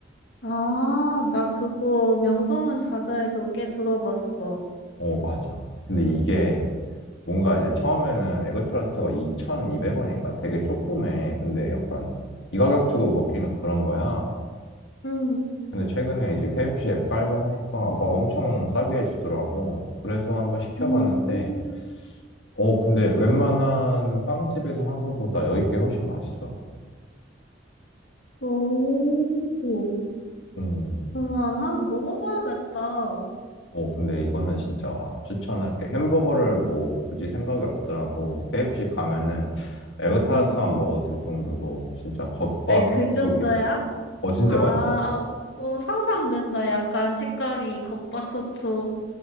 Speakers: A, on the left; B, on the left.
A: 아, 나 그거 명성은 자자에서 꽤 들어봤어.
B: 어, 맞아. 근데 이게 뭔가 이제 처음에는 에그타르트가 2,200원인가? 되게 조그매. 근데 약간 이 가격 주고 먹기는 그런 거야.
A: 응.
B: 근데 최근에 이제 KFC 앱 깔고 하니까 막 엄청 싸게 해주더라고. 그래서 한번 시켜봤는데,
A: 음,
B: 어, 근데 웬만한 빵집에서 한 것보다 여기 게 훨씬 맛있어.
A: 오.
B: 음.
A: 그만 한 먹어봐야겠다.
B: 어, 근데 이거는 진짜 추천할게. 햄버거를 뭐 굳이 생각이 없더라도 KFC 가면은 에그타르트만
A: 응.
B: 먹어도 될 정도로 진짜 겉바속촉이야.
A: 에, 그 정도야?
B: 어, 진짜
A: 아, 아,
B: 맛있어.
A: 어, 상상된다. 약간 식감이 겉바속촉,